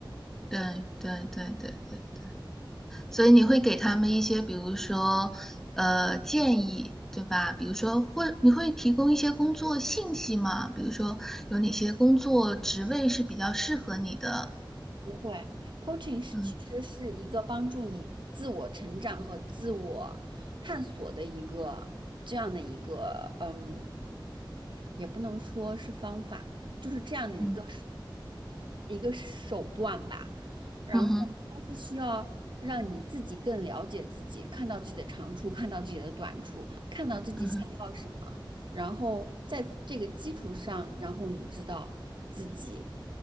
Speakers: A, in the centre; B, on the right.
A: 对对对对对。对所以你会给他们一些，比如说，呃，建议，对吧？比如说，或你会提供一些工作信息吗？比如说，有哪些工作职位是比较适合你的？
B: 不会，coaching 是其实是一个帮助你自我成长和自我探索的一个这样的一个，
A: 嗯
B: 嗯，也不能说是方法，就是这样的一个手
A: 嗯
B: 一个手段吧。然后它是需要让你自己更了解自己，
A: 嗯哼
B: 看到自己的长处，看到自己的短处，看到自己想要什么。
A: 嗯哼
B: 然后在这个基础上，然后你知道自己